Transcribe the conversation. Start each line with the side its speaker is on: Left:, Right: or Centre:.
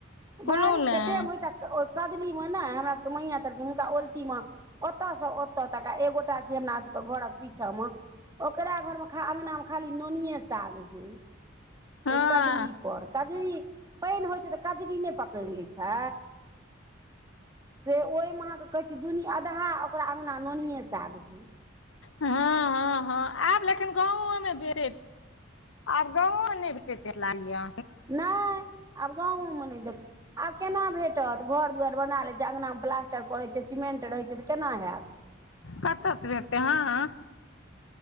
Left: कोनो
Right: बारिशके
Left: नहि
Right: टेम होइता कदली मे नै हमरा सबके मैंया छलखिन हुनका ओलतीमे ओतयसँ त तका एगोटा छै हमरा सबके घरक पीछा मे ओकरा घरमे ख अँगनामे खाली नोनिए साग होइ
Left: हँ
Right: ओहि कदलीपर कजरी पानि होइ छै तऽ कजरी नय पकड़ि लैत छै से ओहिमक कहैछी दुनि अधा ओकरा अङ्गना नोनियएसग होय
Left: हँ हँ हँ आब लेकिन गाँवो मे <unintelligible> आब गाँंवो नय भेटै तेे लाय
Right: नय आब गाँवो मे नै देख आब केना भेटत घर दुआईर बना लै छियै, अंगनामे प्लास्टर करै छै, सीमेंट रहै छै त केना हाएत।
Left: कतस भेतै हँ हँ